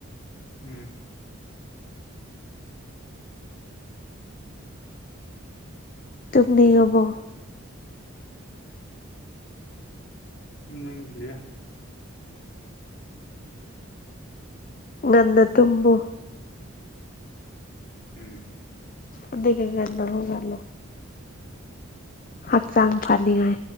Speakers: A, on the left; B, on the left.
A: ꯎꯝ
B: ꯇꯨꯝꯅꯤꯡꯉꯕꯣ
A: ꯇꯨꯝꯅꯤꯡꯗ꯭ꯔꯤꯗ
B: ꯉꯟꯅ ꯇꯨꯝꯃꯨ
A: ꯎꯝ
B: ꯑꯗꯨꯒ ꯉꯟꯅ ꯍꯧꯒꯠꯂꯣ ꯍꯛꯆꯥꯡ ꯐꯅꯤꯡꯉꯥꯏ